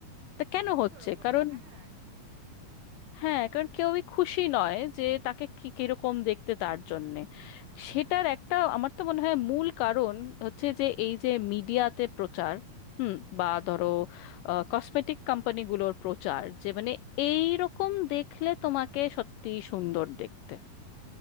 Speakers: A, on the left; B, on the right.
A: তা
B: সমস্ত
A: কেন হচ্ছে
B: রকমের
A: কারণ
B: হ্যাঁ
A: হ্যাঁ কারণ কেউই খুশি নয় যে তাকে কি কিরকম দেখতে তার জন্যে সেটার একটা আমার তো মনে হয় মূল কারণ হচ্ছে যে এই যে মিডিয়াতে প্রচার হুম বা ধরো কসমেটিক কোম্পানিগুলোর প্রচার যে মানে এই রকম দেখলে তোমাকে সত্যি সুন্দর দেখতে